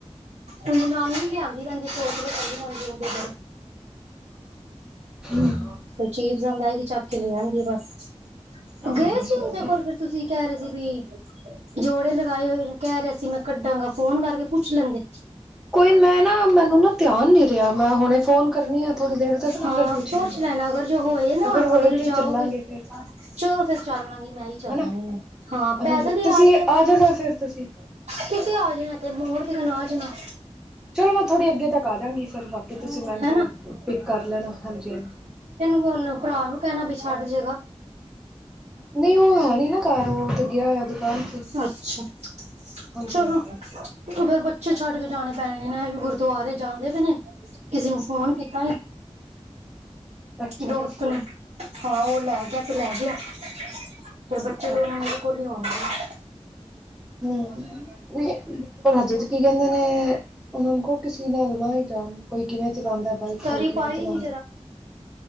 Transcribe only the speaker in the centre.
ਹਮ ਹਾਂ
ਅੱਛਾ
ਅੱਛਾ
ਕੋਈ ਮੈਂ ਨਾ ਮੈਨੂੰ ਨਾ ਧਿਆਨ ਨੀ ਰਿਹਾ ਮੈਂ ਹੁਣੇ ਫੋਨ ਕਰਨੀ ਆ ਥੋੜ੍ਹੀ ਦੇਰ ਤੱਕ ਨਾ
ਫਿਰ ਪੁੱਛਣੀ
ਆ
ਹੋਏ
ਤੇ
ਚੱਲਾਂਗੇ ਫਿਰ
ਹਨਾ
ਹਾਂਜੀ
ਜਾਣਾ ਫਿਰ ਤੁਸੀਂ
ਚਲੋ ਮੈਂ ਥੋੜ੍ਹੀ ਅੱਗੇ ਤੱਕ ਆ ਜਾਂਗੀ, ਫੇਰ ਬਾਕੀ ਤੁਸੀਂ ਮੈਨੂੰ
ਫਿਰ ਪਿੱਕ ਕਰ ਲੈਣਾ ਹਾਂਜੀ।
ਨਹੀਂ, ਉਹ ਹੈ ਨੀ ਨਾ ਘਰ, ਉਹ ਗਿਆ ਹੋਇਆ ਦੁਕਾਨ ਤੇ।
ਹਾਂਜੀ
ਹਾਂਜੀ
ਅੱਛਾ
ਅੱਛਾ
ਅੱਛਾ
ਹਮ, ਨਹੀ ਹਜੇ ਤੱਕ ਕੀ ਕਹਿੰਦੇ ਨੇ ਉਨ ਕੋ ਕਿਸੇ ਨੇ ਆਉਣਾ ਹੀ ਜਾਣ। ਕੋਈ ਕਿਵੇਂ ਚਲਾਉਂਦਾ ਬਾਈਕ
ਕੋਈ ਕਿਵੇਂ
ਚਲਾਂਦਾ।